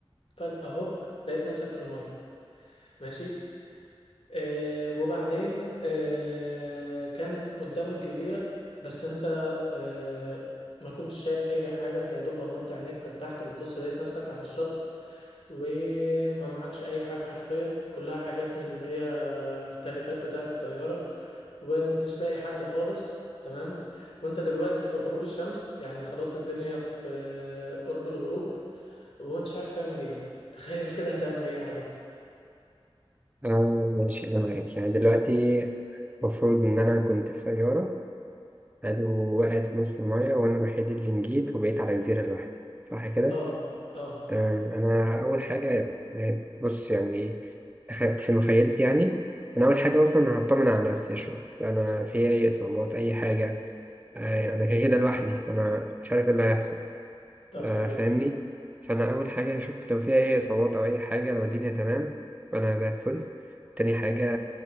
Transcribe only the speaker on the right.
اه ماشي أنا معاك يعني دلوقتي المفروض إن أنا كنت في طيارة حلو وقعت في نص المية وأنا الوحيد اللي نجيت وبقيت على جزيرة لوحدي صح كده؟
تمام أنا أول حاجة يعني بص يعني تخ- في مخيلتي يعني أنا أول حاجة أصلا هطمن على نفسي أشوف أنا في أي إصابات أي حاجة آه، أنا كده كده لوحدي أنا مش عارف إيه اللي هيحصل.
آه،
فاهمني
فانا اول حاجه هشوف لو فيها اي اصابات او اي حاجه لو الدنيا تمام فانا زي الفل تاني حاجه